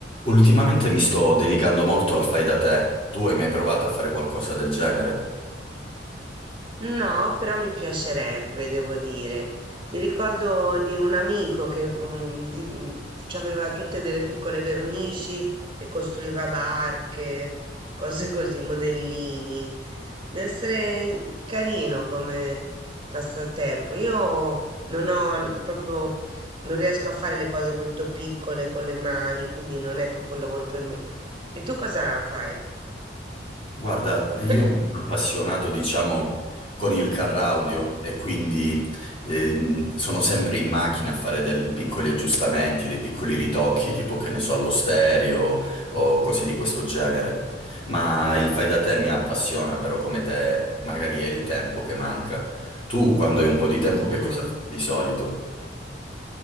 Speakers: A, on the left (about 30°); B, on the right (about 25°).
A: Ultimamente mi sto dedicando molto al fai da te. Tu hai mai provato a fare qualcosa del genere?
B: No, però mi piacerebbe, devo dire. Mi ricordo di un amico che mm, di- mm, ci aveva tutte delle piccole vernici e costruiva barche, cose così, modellini. Deve essere carino come passatempo. Io non ho l- proprio, non riesco a fare le cose molto piccole con le mani, quindi non è proprio un lavoro per me. E tu cosa fai?
A: Guarda,
B: <coughs>
A: io mi sono appassionato, diciamo, con il car audio e quindi ehm, sono sempre in macchina a fare dei piccoli aggiustamenti, dei piccoli ritocchi, tipo che ne so, allo stereo o cose di questo genere. Ma il fai da te mi appassiona, però come te magari è il tempo che manca. Tu, quando hai un po' di tempo,
B: Mh.
A: che cosa fai di solito?